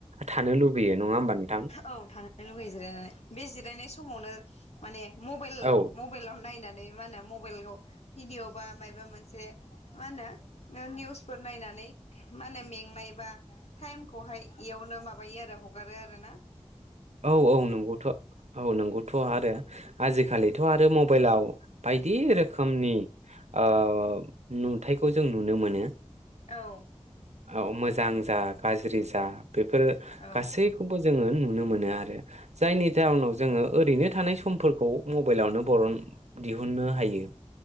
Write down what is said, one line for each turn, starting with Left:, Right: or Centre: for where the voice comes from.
Right: थानो लुबैयो नङा होमबा नों
Left: औ थांनो लुगैयो जिरायनानै बे जिरायनाय स समावनो माने मबाइल-मबाइलाव
Right: औ
Left: नायना मा होनो मबाइलाव भिडिअ बा माबा मोनसे मा होनो निउसफोर नायनानै मा होनो मेंनाय बा टाइमखौहाय बेयावनो माबायो आरो हगारो आरो ना
Right: औ औ नंगौथ औ नंगौथ आरो आजिखालिथ आरो मबाइलाव बायदि रोखोमनि ओ नुथाइखौ जों नुनो मोनो
Left: औ
Right: औ मोजां जा गाज्रि जा बेफोरो
Left: औ
Right: गासैखौबो जोङो नु नुनो मोनो आरो जायनि जाउनाव जोङो ओरैनो थानाय समफोरखौ मबाइलावनो बरन दिहुननो हायो